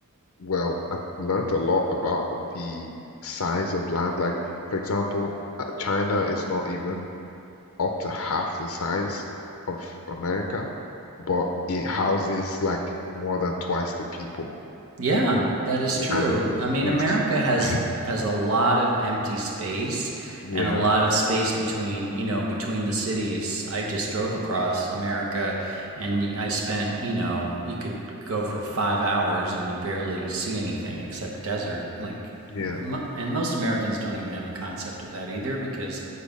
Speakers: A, on the left (about 65°); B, on the right (about 65°).
A: Well, I've learned a lot about the size of land. Like, for example, uh, China is not even up to half the size of America, but it houses like more than twice the people.
B: Yeah, that is
A: y-
B: true.
A: and it,
B: I mean,
A: it's
B: America has
A: <laughs>
B: has a lot of empty space
A: yeah.
B: and a lot of space between, you know, between the cities. I just drove
A: mhm,
B: across America and I spent, you know, you could go for 5 hours and you barely see anything except desert. Like
A: Yeah,
B: mo- and most Americans don't even have a concept of that either because